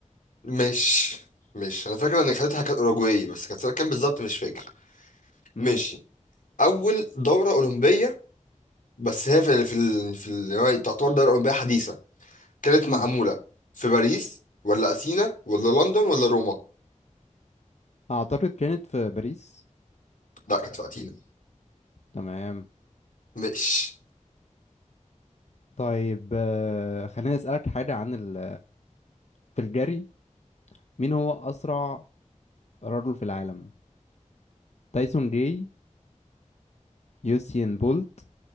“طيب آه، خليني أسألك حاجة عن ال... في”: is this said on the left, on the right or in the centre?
Left